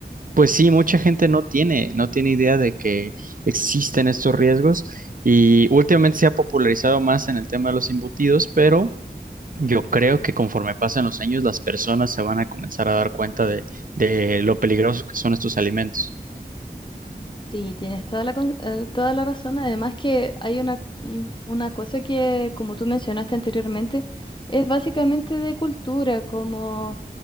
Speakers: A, on the right; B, on the left.
A: pues sí, mucha gente no tiene, no tiene idea de que existen estos riesgos y últimamente se ha popularizado más en el tema de los embutidos, pero yo creo que conforme pasan los años las personas se van a comenzar a dar cuenta de, de lo peligrosos que son estos alimentos.
B: Sí, tienes toda la, con- eh, toda la razón. Además que hay una, un- una cosa que, como tú mencionaste anteriormente, es básicamente de cultura, como